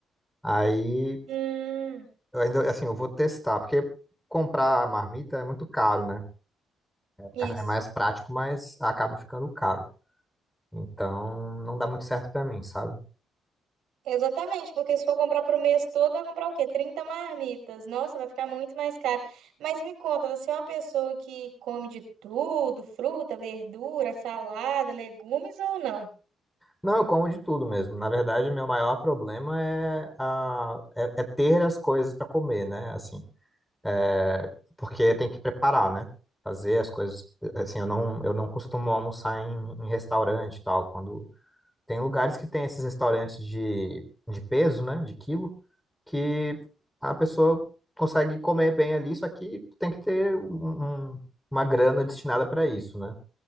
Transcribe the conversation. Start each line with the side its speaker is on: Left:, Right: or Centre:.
Centre: Aí,
Right: Hum,
Centre: eu ainda, assim, eu vou testar, porque comprar a marmita é muito caro, né?
Right: Isso.
Centre: É mais prático, mas acaba ficando caro. Então, não dá muito certo para mim, sabe?
Right: Exatamente, porque se for comprar pro mês todo, vai comprar o quê? 30 marmitas. Nossa, vai ficar muito mais caro. Mas me conta, você é uma pessoa que come de tudo, fruta, verdura, salada, legumes ou não?
Centre: Não, eu como de tudo mesmo. Na verdade, meu maior problema é, a, é, é ter as coisas para comer, né? Assim, é, porque tem que preparar, né? Fazer as coisas. Assim, eu não, eu não costumo almoçar em, em restaurante e tal. Quando tem lugares que tem esses restaurantes de, de peso, né? De quilo, que a pessoa consegue comer bem ali, só que tem que ter um- um- uma grana destinada para isso, né?